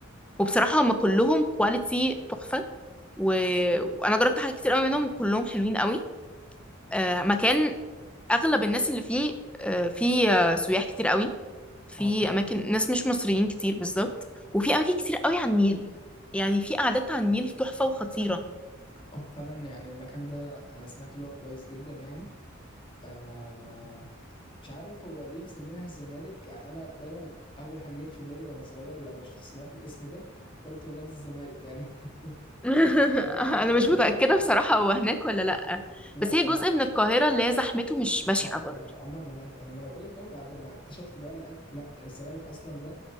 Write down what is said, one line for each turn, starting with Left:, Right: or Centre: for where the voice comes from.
Centre: وبصراحة هم كلهم كواليتي تحفة و... وانا جربت حاجات كتير قوي منهم كلهم حلوين قوي آه، مكان اغلب الناس اللي فيه آه، في آه، سياح كتير قوي في
Left: اه طبعا
Centre: اماكن ناس مش مصريين كتير بالظبط وفي اماكن كتير قوي على النيل يعني في قعدات على النيل تحفة وخطيرة
Left: آه، فعلا يعني المكان ده انا سمعت اللي هو كويس جدا يعني آه مش عارف هو ليه مسمينها الزمالك يعني انا دايما اول حاجه جت في بالي وانا صغير لما شفت سمعت الاسم ده قلت هو نادي الزمالك يعني <laughs>
Centre: <laughs>
Left: لو
Centre: انا
Left: انا
Centre: مش
Left: ما
Centre: متأكدة
Left: اعرفش
Centre: بصراحة هو هناك ولا لأ
Left: لا
Centre: بس
Left: لا
Centre: هي
Left: هو
Centre: جزء من
Left: مش
Centre: القاهرة اللي هي زحمته مش بشعة
Left: لا لا
Centre: برضه
Left: هي عموما ما لها- انا ما انا بقول لك اهو بعد ما اكتشفت بقى لقيت لا الزمالك اصلا ده